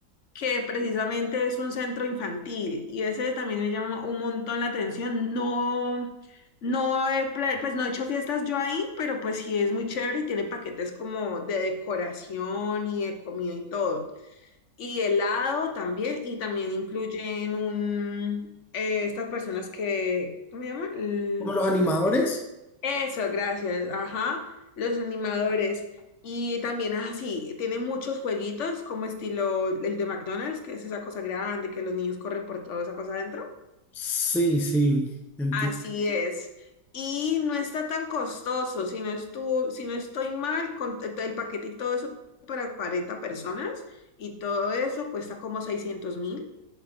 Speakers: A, on the left; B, in the centre.
A: que precisamente es un centro infantil y ese también me llama un montón la atención. No, no he, pla- pues no he hecho fiestas yo ahí, pero pues sí es muy chévere y tiene paquetes como de decoración y de comida y todo. Y helado también, y también incluyen un, eh, estas personas que, ¿cómo se llaman? L-
B: ¿Como los animadores?
A: los- eso, gracias, ajá, los animadores. Y también es así, tiene muchos jueguitos como estilo el de McDonald's, que es esa cosa grande, que los niños corren por toda esa cosa adentro.
B: Sí, sí, entiendo.
A: Así es. Y no está tan costoso, si no estu- si no estoy mal, con t- el paquete y todo eso para 40 personas y todo eso cuesta como seiscientos mil.